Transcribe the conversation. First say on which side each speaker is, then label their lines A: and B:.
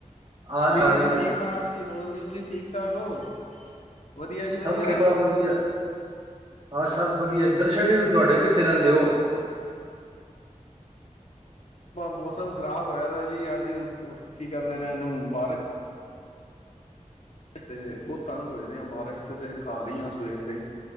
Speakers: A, on the right; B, on the left.
A: ਆ
B: ਹਾਂਜੀ
A: ਰਹੀ ਆ ਰਹੀ ਆਵਾਜ਼
B: ਠੀਕ-ਠਾਕ ਹੋਰ ਵੀਰ ਜੀ ਠੀਕ-ਠਾਕ ਹੋ। ਵਧੀਆ ਜੀ ਵਧੀਆ।
A: ਸਭ ਕਿਰਪਾ ਵਧੀਆ ਹਾਂ ਸਭ ਵਧੀਆ ਦਰਸ਼ਨ ਨਹੀ ਹੂਦੇ ਤੁਹਾਡੇ ਕਿੱਥੇ
B: ਸਭ ਵਧੀਆ।
A: ਰਹਿੰਦੇ ਹੋ।
B: ਮੌਸਮ ਖ਼ਰਾਬ ਹੋਇਆ ਦਾ ਜੀ ਅੱਜ ਕੀ ਕਹਿੰਦੇ ਨੇ ਇਹਨੂ ਬਾਰਿਸ਼ ਤੇ ਬਹੁਤ ਤੰਗ ਹੋਏ ਦੇ ਆ ਬਾਰਿਸ਼ ਦੇ ਤੇ ਘਰ ਹੀ ਆ ਸਵੇਰ ਦੇ।